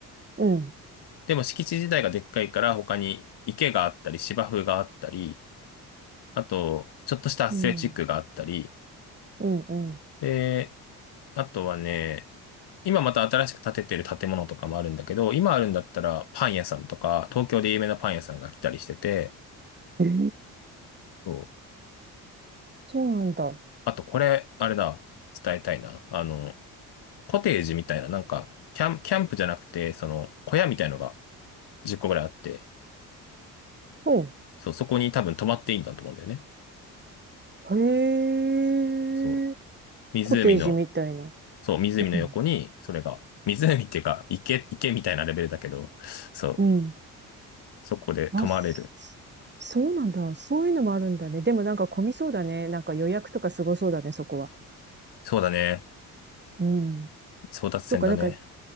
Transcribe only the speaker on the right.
うん。
うん。うん。うん。
ええ
そうなんだ。
うん。
へえ。
コテージみたいな。
うん。
うん。
あ、そそうなんだ。そういうのもあるんだね。でもなんか混みそうだね。なんか予約とかすごそうだね、そこは。
うん。
とか、なんか